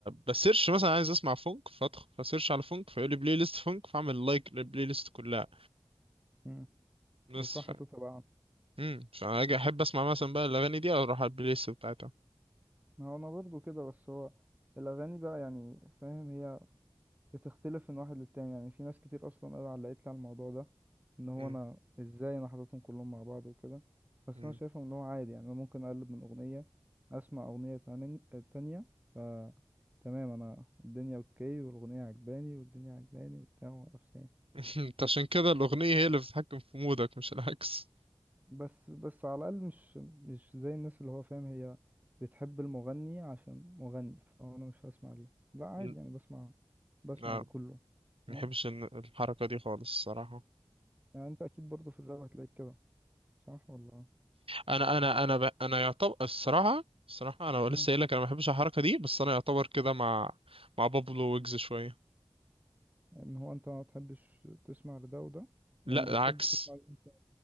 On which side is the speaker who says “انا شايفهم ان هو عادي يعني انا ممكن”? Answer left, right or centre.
Right